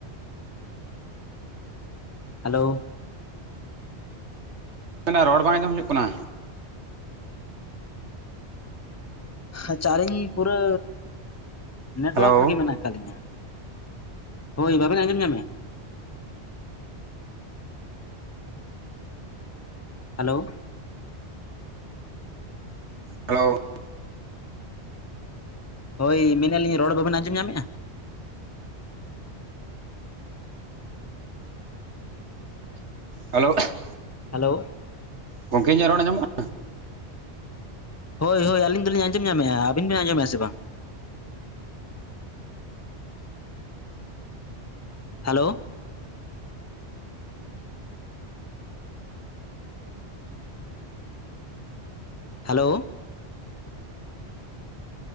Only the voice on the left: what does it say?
ᱦᱮᱞᱳᱻ᱾
ᱟᱪᱪᱷᱟ ᱟᱞᱤᱧ ᱯᱩᱨᱟᱹ ᱱᱮᱴᱣᱟᱨᱠ
ᱨᱮᱜᱮ ᱢᱮᱱᱟᱜ ᱠᱟᱜ ᱞᱤᱧᱟ ᱦᱳᱭ ᱵᱟᱵᱮᱱ ᱟᱸᱡᱚᱢ ᱧᱟᱢᱮᱜᱟ? ᱦᱮᱞᱳᱻ᱾
ᱦᱳᱭ, ᱢᱮᱱᱮᱫ ᱞᱤᱧ ᱨᱚᱲ ᱵᱟᱵᱮᱱ ᱟᱸᱡᱚᱢ ᱧᱟᱢᱮᱜᱼᱟ?
ᱦᱮᱞᱳ
ᱦᱳᱭ ᱦᱳᱭ ᱟᱞᱤᱧ ᱫᱚᱞᱤᱧ ᱟᱧᱢᱟᱢ ᱧᱟᱢᱮᱜᱼᱟ, ᱟᱵᱤᱱ ᱵᱤᱱ ᱟᱸᱡᱚᱢᱮᱜᱟ ᱥᱮ ᱵᱟᱝ? Hello hello